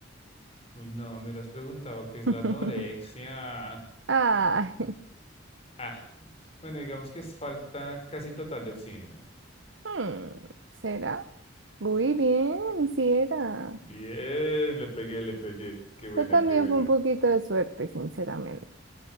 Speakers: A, on the left; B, on the right.
A: Uy, no, me has preguntado qué es
B: <laughs>
A: la anorexia.
B: Ah,
A: Ah, bueno, digamos que es falta casi total de oxígeno.
B: hmm, ¿será? Muy bien, sí era.
A: Bien, le pegué, le pegué. Qué buena,
B: Pero también
A: qué buena.
B: fue un poquito de suerte, sinceramente.